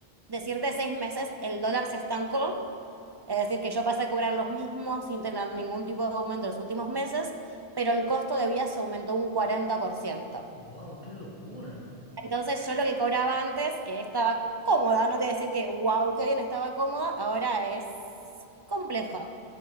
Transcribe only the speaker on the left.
¡Wow! ¡Qué locura!